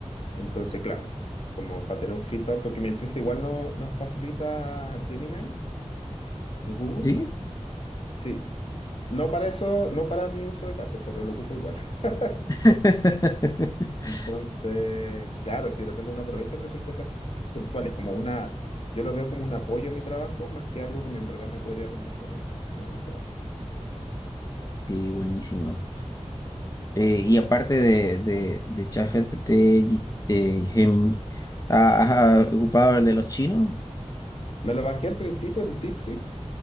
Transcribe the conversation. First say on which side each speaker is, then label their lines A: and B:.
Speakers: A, on the left; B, on the left.
A: Entonces, claro, como para tener un feedback, porque mi empresa igual no, nos facilita Gemini de Google.
B: ¿Sí?
A: Sí, no para eso, no para mi uso de caso, pero lo ocupo igual. <laughs>
B: <laughs>
A: Entonces, claro, si de repente uno aprovecha, pero son cosas puntuales, como una, yo lo veo como un apoyo a mi trabajo más que algo que me- en verdad me podría reemplazar en el en el trabajo.
B: Sí, buenísimo. Eh, y aparte de, de, de ChatGPT, G- eh, Gemini, ¿ha- ¿has ocupado el de los chinos?
A: Me lo bajé al principio, el DeepSeek.